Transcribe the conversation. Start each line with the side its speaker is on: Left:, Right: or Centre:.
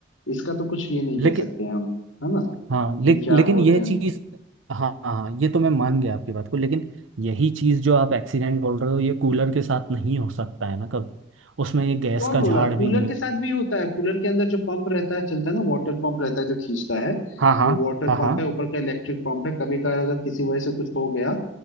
Left: इसका तो कुछ ये नहीं कह
Right: लेकिन
Left: सकते हम है ना
Right: हाँ ले,
Left: कि क्या
Right: लेकिन
Left: हुआ
Right: यह
Left: क्या नहीं
Right: चीज़ हाँ हाँ ये तो मैं मान गया आपकी बात को लेकिन यही चीज़ जो आप एक्सीडेंट बोल रहे हो ये कूलर के साथ नहीं हो सकता है ना कभी उसमें ये गैस
Left: कौन
Right: का
Left: बोला
Right: झाड़
Left: कूलर
Right: भी नहीं
Left: के साथ भी होता है कूलर के अंदर जो पंप रहता है चलता है ना वाटर पंप रहता है जो खींचता है
Right: हाँ हाँ
Left: वो वाटर
Right: हाँ
Left: पंप
Right: हाँ
Left: है ऊपर का इलेक्ट्रिक पंप है कभी कभार अगर किसी वजह से कुछ हो गया